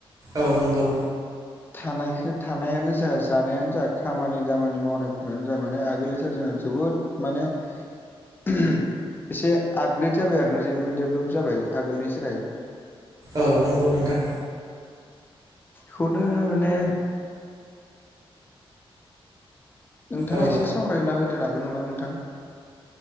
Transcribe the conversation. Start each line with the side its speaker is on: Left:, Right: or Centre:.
Right: औ नंगौ
Left: थानायखो थानायानो जा जानायानो जा खामानि दामानि मावनायफोरानो जा माने आगोलनिसाय जोंङो जोबोद माने <unintelligible> एसे आपग्रेड जाबाय आरो ना जेनेबा डेभलप जाबाय आगोलनिस्राय
Right: औ नंगौ नोंथां
Left: खौनो माने नोंथाङा
Right: औ
Left: एसे सावरायना होदो हागोन नामा नोंथां?